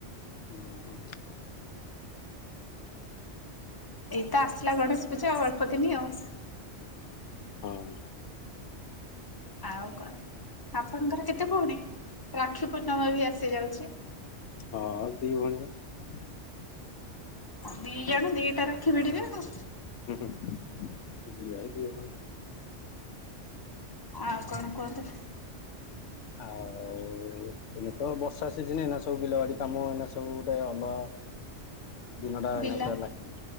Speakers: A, on the left (about 85°); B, on the left (about 20°).
A: ହଁ।
B: ଏଇତ ଆସିଲା ଗଣେଶ ପୂଜା, ଆଉ ଅଳ୍ପଦିନ ଆଉ।
A: ହଁ।
B: ଆଉ କଣ ଆପଣଙ୍କର କେତେ ଭଉଣୀ? ରାକ୍ଷୀ ପୂର୍ଣ୍ଣମା ବି ଆସି ଯାଉଛି।
A: ହଁ ଦି ଭଉଣୀ ପା।
B: ଦି ଜଣ ଦିଟା ରାକ୍ଷୀ ଭିଡିବେ ଆଉ।
A: ହୁଁ ହୁଁ ଦି ଭାଇ ଦି ଭଉଣୀ।
B: ଆଉ କଣ କୁହନ୍ତୁ।
A: ଆଉ। ଏଇନେ ତ ବର୍ଷା ସିଜନ୍ ଏଇନେ ସବୁ ବିଲବାଡ଼ି କାମ ଏଇନା ସବୁ ଗୋଟେ ଅଲଗା। ଦିନଟା ଏଇନା
B: ବିଲ
A: ପୁରା ଲାଗିବ